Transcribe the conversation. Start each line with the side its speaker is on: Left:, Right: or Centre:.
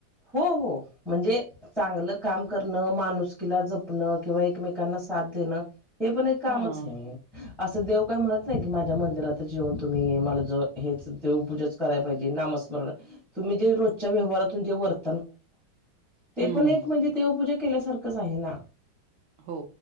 Centre: हो हो म्हणजे चांगलं काम करणं माणुसकीला जपणं किंवा एकमेकांना साथ देणं हे पण एक कामच
Right: हां.
Centre: आहे असं देव काय म्हणत नाही की माझ्या मंदिरातच येऊन तुम्ही मला ज हेच देव पूजाच कराय पाहिजे नामस्मरण तुम्ही जे रोजच्या व्यवहारातून जे वर - ते
Right: हं.
Centre: पण एक म्हणजे देवपूजा केल्यासारखच आहे ना
Right: हो